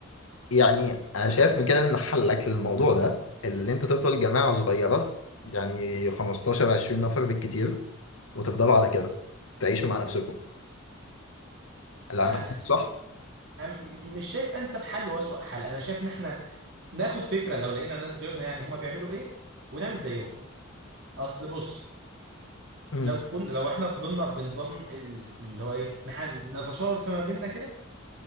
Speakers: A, on the left (about 80°); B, on the right (about 60°).
A: يعني أنا شايف من كده إن حلك للموضوع ده اللي أنت تفضل جماعة صغيرة يعني 15 20 نفر بالكتير وتفضلوا على كده تعيشوا مع نفسكم لا
B: آه، يعني
A: أنا صح؟
B: أنا م- مش شايف انسب حل واسوأ حل انا شايف ان احنا ناخد فكره لو لقينا ناس غيرنا يعني هما بيعملوا ايه ونعمل زيهم اصل بص
A: مم.
B: لو كنا لو احنا فضلنا بنظام ال- اللي هو ايه نح- نتشاور فيما بيننا كده